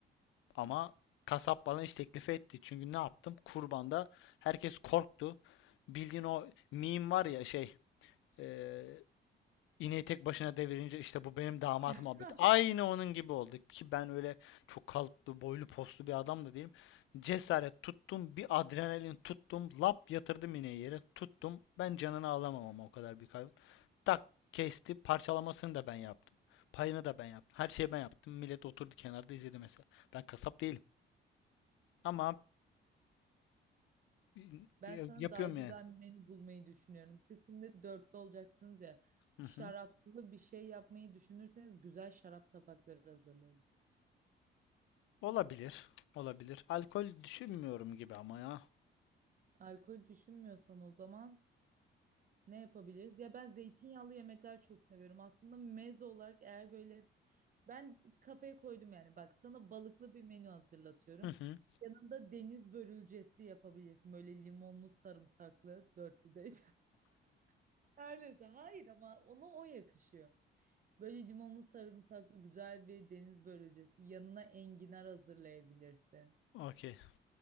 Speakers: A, on the left (about 80°); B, on the right (about 45°).
A: ama kasap bana iş teklifi etti. Çünkü ne yaptım? Kurbanda herkes korktu. Bildiğin o meme var ya şey, e, İneği tek başına devirince işte bu benim damat muhabbeti.
B: Hah,
A: Aynı onun gibi oldu ki ben öyle çok kalıplı, boylu, poslu bir adam da değilim. Cesaret tuttum, bir adrenalin tuttum, lap yatırdım ineği yere, tuttum. Ben canını alamam ama o kadar bir hayvan. Tak kesti, parçalamasını da ben yaptım. Payını da ben yaptım. Her şeyi ben yaptım. Millet oturdu kenarda izledi mesela. Ben kasap değilim ama e,
B: Ben
A: e,
B: sana
A: yapıyorum
B: daha güzel
A: yani.
B: bir menü bulmayı düşünüyorum. Siz şimdi dörtlü olacaksınız ya.
A: Hı
B: Şaraplı
A: hı.
B: bir şey yapmayı düşünürseniz güzel şarap tabakları hazırlayın.
A: Olabilir, olabilir. Alkol düşünmüyorum gibi ama ya.
B: Alkol düşünmüyorsan o zaman ne yapabiliriz? Ya ben zeytinyağlı yemekler çok seviyorum. Aslında meze olarak eğer böyle ben kafaya koydum yani bak sana balıklı bir menü hazırlatıyorum.
A: Hı hı.
B: Yanında deniz börülcesi yapabilirsin. Böyle limonlu sarımsaklı dörtlüde. <laughs> Her neyse hayır ama ona o yakışıyor. Böyle limonlu sarımsaklı güzel bir deniz börülcesi. Yanına enginar hazırlayabilirsin.
A: Okey.